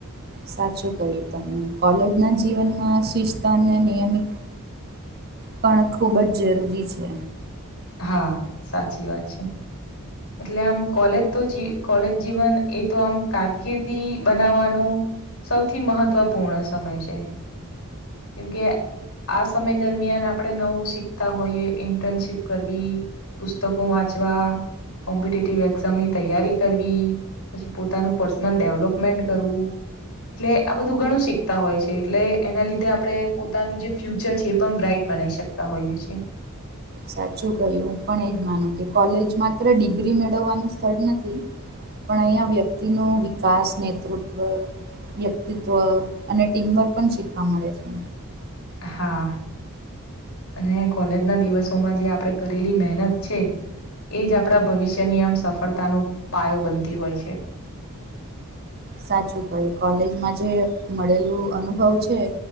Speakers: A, on the right; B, on the left.
A: સાચું કર્યું તમે કોલેજના જીવનમાં શિસ્ત અને નિયમિત પણ ખૂબ જ જરૂરી છે.
B: હા સાચી વાત છે. એટલે આમ કોલેજ તો કોલેજ જીવન એ તો આમ કારકિર્દી બનાવવાનું સૌથી મહત્વપૂર્ણ સમય છે. કેમકે આ સમય દરમિયાન આપણે નવું શીખતા હોઈએ ઇન્ટર્નશીપ કરવી પુસ્તકો વાંચવા કોમ્પિટેટિવ એક્ઝામની તૈયારી કરવી પછી પોતાનું પર્સનલ ડેવલપમેન્ટ કરવું. એટલે આ બધું ઘણું શીખતા હોય છે એટલે એના લીધે આપણે પોતાનું જે ફ્યુચર છે એ પણ બ્રાઈટ બનાવી શકતા હોઈએ છીએ.
A: સાચું કહ્યું હું પણ એજ માનું કે કોલેજ માત્ર ડિગ્રી મેળવવાનું સ્થળ નથી. પણ અહીંયા વ્યક્તિનું વિકાસ નેતૃત્વ વ્યક્તિત્વ અને ટીમ વર્ક પણ શીખવા મળે છે.
B: હા અને કોલેજના દિવસોમાં જે આપણે કરેલી મહેનત છે. એ જ આપણા ભવિષ્યની આમ સફળતાનો પાયો બનતી હોય છે.
A: સાચું કઈ કોલેજમાં જે મળેલું અનુભવ છે.